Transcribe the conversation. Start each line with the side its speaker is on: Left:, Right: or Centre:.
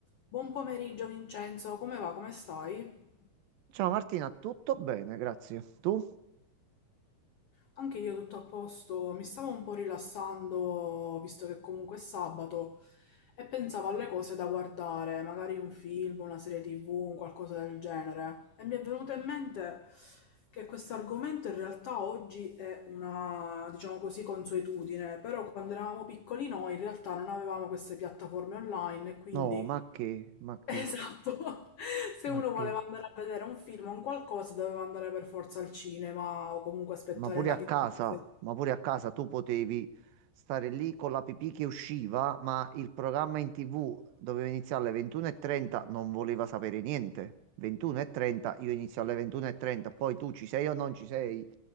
Left: Buon pomeriggio Vincenzo, come va? Come stai?
Right: Ciao Martina, tutto bene, grazie. Tu?
Left: Anche io tutto a posto, mi stavo un po' rilassando visto che comunque è sabato e pensavo alle cose da guardare, magari un film, una serie TV, un qualcosa del genere. E mi è venuto in mente che questo argomento in realtà oggi è una, diciamo così, consuetudine, però quando eravamo piccoli noi in realtà non avevamo queste piattaforme online e quindi
Right: No, ma che, ma che,
Left: Esatto, <laughs> se
Right: ma
Left: uno
Right: che,
Left: voleva andare a vedere un film o un qualcosa doveva andare per forza al cinema o comunque aspettare
Right: ma pure
Left: la
Right: a
Left: videocassetta.
Right: casa, ma pure a casa tu potevi stare lì con la pipì che usciva, ma il programma in TV doveva iniziare alle 21.30, non voleva sapere niente. 21.30, io inizio alle 21.30, poi tu ci sei o non ci sei,